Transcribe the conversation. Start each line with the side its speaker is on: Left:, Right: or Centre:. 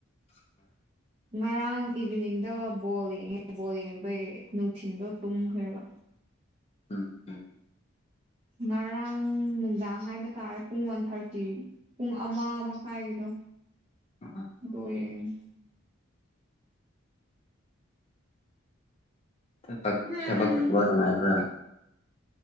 Left: <inaudible>
Right: ꯉꯔꯥꯡ ꯏꯚꯤꯅꯤꯡꯗ ꯕꯣꯜ ꯌꯦꯡꯉꯦ ꯕꯣꯜ ꯌꯦꯡꯕꯩ ꯅꯨꯡꯊꯤꯟꯗꯣ ꯇꯨꯝꯈ꯭ꯔꯦꯕ
Left: ꯎꯝ
Right: ꯉꯔꯥꯡ ꯅꯨꯡꯗꯥꯡ ꯍꯥꯏꯕ ꯇꯥꯔꯦ ꯄꯨꯡ ꯋꯥꯟ ꯊꯥꯔꯇꯤ ꯄꯨꯡ ꯑꯃ ꯃꯈꯥꯏꯒꯤꯗꯣ
Left: ꯎꯝ
Right: ꯑꯗꯨ ꯌꯦꯡꯉꯦ
Left: ꯊꯕꯛ
Right: ꯍꯝ
Left: ꯊꯕꯛ ꯇꯧꯕ ꯅꯨꯡꯉꯥꯏꯕ꯭ꯔꯥ